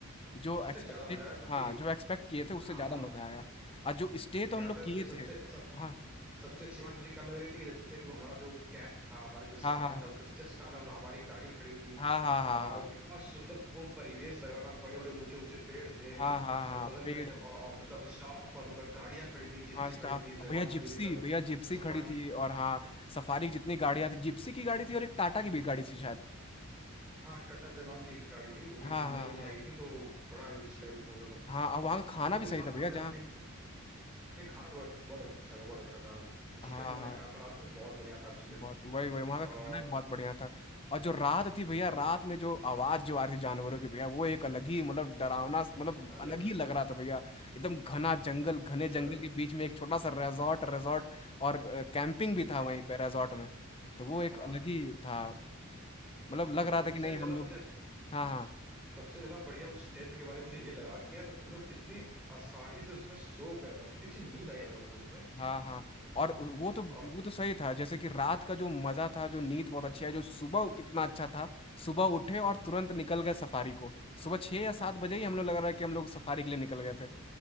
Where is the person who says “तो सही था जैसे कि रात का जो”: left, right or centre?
Left